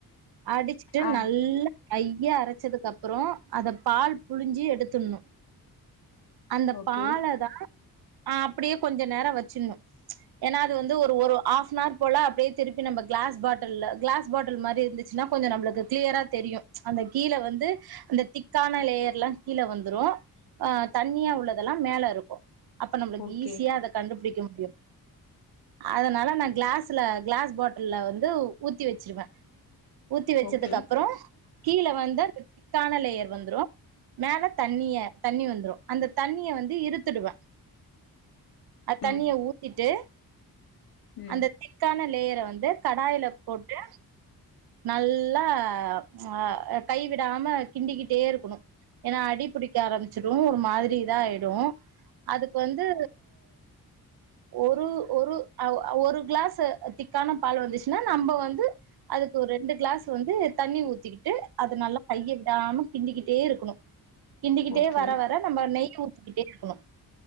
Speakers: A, on the right (about 80°); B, on the left (about 70°).
A: அடிச்சுட்டு
B: ஆ
A: நல்லா மைய அரைச்சதுக்கு அப்புற அத பால் புழிஞ்சி எடுத்துணு அந்த
B: ஓகே
A: பாலதா அப்டியே கொஞ்ச நேர வச்சிட்ணு ஏன்னா அது வந்து ஒரு ஒரு ஹாஃப்னார் போல அப்டியே திருப்பி நம்ப க்ளாஸ் பாட்டில்ல க்ளாஸ் பாட்டில் மாரி இருந்து ச்சுனா கொஞ்ச நம்ளுக்கு க்ளியரா தெரியு அந்த கீழ வந்து அந்த திக்கான லேயர்லா கீழ வந்துரு ஆ தண்ணியா உள்ளதெல்லா மேல இருக்கு அப்ப நம்ளுக்கு
B: ஓகே
A: ஈஸியா அத கண்டுபுடிக்க முடியு அதனால நா க்ளாஸ்ல க்ளாஸ் பாட்டில்ல வந்து ஊத்தி வச்சிருவே ஊத்தி வச்சதுக்கு
B: ஓகே
A: அப்புற கீழ வந்து திக்கான லேயர் வந்துரு மேல தண்ணிய தண்ணி வந்ரு அந்த தண்ணிய வந்து இறுத்துடுவே அ தண்ணிய
B: ம்
A: ஊத்திட்டு
B: ம்
A: அந்த திக்கான லேயரை வந்து கடாயில போட்டு நல்லா ஆ கை விடாம கிண்டிக்கிட்டே இருக்கணு ஏன்னா அடி பிடிக்க ஆரம்பிச்சிடு ஒரு மாதிரி இதா ஆயிடு அதுக்கு வந்து ஒரு ஒரு ஒரு க்ளாஸ் திக்கான பால் வந்துச்சுன்னா நம்ப வந்து அதுக்கு ஒரு ரெண்டு க்ளாஸ் வந்து தண்ணி ஊத்திக்கிட்டு அது நல்லா கைய விடாம கிண்டிக்கிட்டே இருக்கணு கிண்டிக்கிட்டே
B: ஓகே
A: வர வ நம்ப நெய் ஊத்துக்கிட்டே இருக்கணு